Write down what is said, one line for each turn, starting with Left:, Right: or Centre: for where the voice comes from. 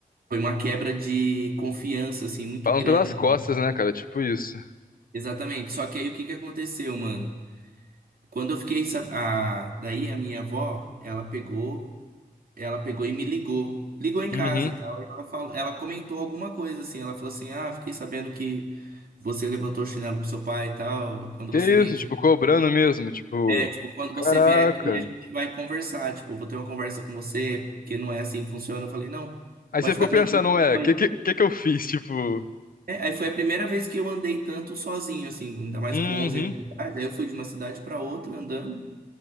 Right: foi uma quebra de confiança, assim, muito
Left: Falam
Right: grande.
Left: pelas costas, né, cara? Tipo isso.
Right: Exatamente. Só que aí o que que aconteceu, mano? Quando eu fiquei, sab- a... daí a minha avó, ela pegou, ela pegou e me ligou. Ligou em casa
Left: Uhum.
Right: e tal. E ela falou, ela comentou alguma coisa assim. Ela falou assim: Ah, fiquei sabendo que você levantou o chinelo pro seu pai e tal. Quando
Left: Que
Right: você vem
Left: isso,
Right: aqui
Left: tipo, cobrando mesmo, tipo,
Right: É, tipo, quando
Left: caraca.
Right: você vier aqui, a gente vai conversar. Tipo, vou ter uma conversa com você, porque não é assim que funciona. Eu falei, não,
Left: Aí
Right: pode
Left: você
Right: ficar
Left: ficou
Right: tranquilo.
Left: pensando, ué,
Right: Foi.
Left: que que, que que eu fiz? Tipo,
Right: É, aí foi a primeira vez que eu andei tanto sozinho, assim, ainda mais
Left: uhum,
Right: com 11 anos de idade. Aí eu fui de uma cidade pra outra andando